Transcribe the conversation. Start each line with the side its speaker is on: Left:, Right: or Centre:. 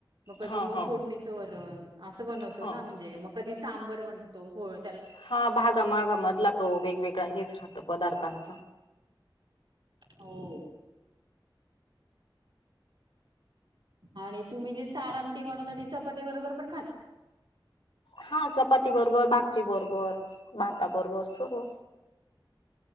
Right: मग कधी
Left: हा
Right: मग
Left: हा
Right: फोडणीचं वरण असं बनवतो
Left: हा
Right: ना म्हणजे मग कधी सांबर बनवतो फळ
Left: हा भागामागामधला तो वेगवेगळा हेच राहतं पदार्थांच
Right: हो. आणि तुम्ही जे सार आमटी म्हणवता ती चपाती बरोबर पण खात.
Left: हा चपाती बरोबर भाकरी बरोबर भाता बरोबर सर्व